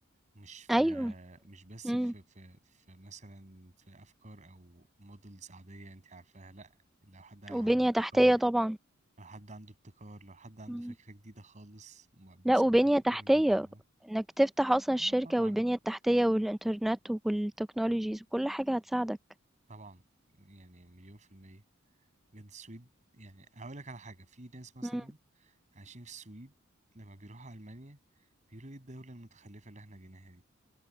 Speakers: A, on the right; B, in the centre.
A: مش في
B: ايوه
A: مش بس
B: مم.
A: في في في مثلا في أفكار أو مودلز عادية أنت عارفاها لأ لو حد عنده
B: وبنية
A: ابتكار
B: تحتية طبعا
A: لو حد عنده ابتكار لو حد عنده
B: مم.
A: فكرة جديدة خالص ما بيساعدوه
B: لأ وبنية
A: جدا
B: تحتية،
A: وبيدعموه
B: إنك تفتح أصلًا الشركة
A: اه طبعا
B: والبنية التحتية والإنترنت والtechnologies وكل حاجة هتساعدك.
A: طبعا يعني مليون في المية بجد السويد يعني هقول لك على حاجة في ناس مثلا
B: إمم.
A: عايشين في السويد لما بيروحوا ألمانيا بيقولوا ايه الدولة المتخلفة اللي احنا جيناها